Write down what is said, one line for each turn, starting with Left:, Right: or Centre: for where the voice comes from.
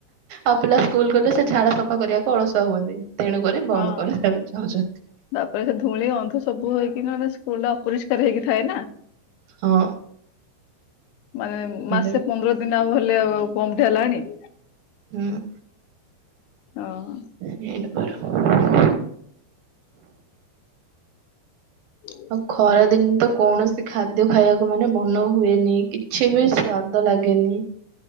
Right: ଆଉ ପିଲା ସ୍କୁଲ ଗଲେ ସେ ଝାଡା ସଫା କରିବାକୁ ଅଳସୁଆ ହୁଅନ୍ତି ତେଣୁକରି ବନ୍ଦ
Left: ହଁ।
Right: କରିବାକୁ ଚାହୁଁଛନ୍ତି।
Left: ତାପରେ ସେ ଧୂଳି ଅଧୁ ସବୁ ହେଇକି ସ୍କୁଲଟା ଅପରି ହେଇକି ଥାଏ ନା
Right: ହଁ
Left: ମାନେ
Right: ଏଇଟା
Left: ମାସେ
Right: ବି
Left: ପନ୍ଦର ଦିନ ଆଉ ହେଲେ ଆ ଆଉ କମଟେ ହେଲାଣି।
Right: ହୁଁ
Left: ହଁ।
Right: <inaudible>
Left: ହୁଁ।
Right: ଆଉ ଖରାଦିନ ତ କୌଣସି ଖାଦ୍ୟ ଖାଇବାକୁ ମାନେ ମନ ହୁଏନି କିଛି ବି ସ୍ଵାଦ ଲାଗେନି।